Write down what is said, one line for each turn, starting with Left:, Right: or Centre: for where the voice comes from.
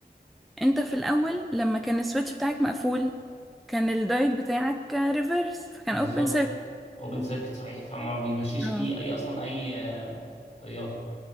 Centre: انت في الاول لما كان السويتش بتاعك مقفول كان الدايت بتاعك ريفرس فكان
Left: بالظبط
Centre: اوبن سيركت
Left: اوبن سيركت صحيح فما بيمشيش
Centre: اه
Left: فيه اي اصلا اي تيار